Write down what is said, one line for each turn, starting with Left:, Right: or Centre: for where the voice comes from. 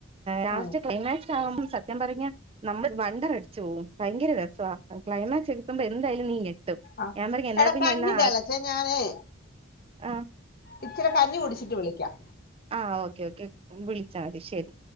Right: ലാസ്റ്റ്
Left: ആഹ്
Right: ക്ലൈമാക്സ് <unintelligible> സത്യം പറഞ്ഞ- നമ്മൾ വണ്ടർ അടിച്ച് പോവും ഭയങ്കര രസ്വാ ക്ലൈമാക്സ് എത്തുമ്പോ എന്തായാലും നീ ഞെട്ടും.
Left: അ
Right: ഞാൻ പറഞ്ഞ് എന്നാ
Left: എട
Right: പിന്നെ
Left: കഞ്ഞി
Right: എന്നാ
Left: തെളച്ച് ഞാനേയ്
Right: ആഹ്
Left: ഇച്ചിരി കഞ്ഞി കുടിച്ചിട്ട് വിളിക്കാം.
Right: ആഹ് ഓക്കെ ഓക്കെ വിളിച്ചാ മതി ശരി.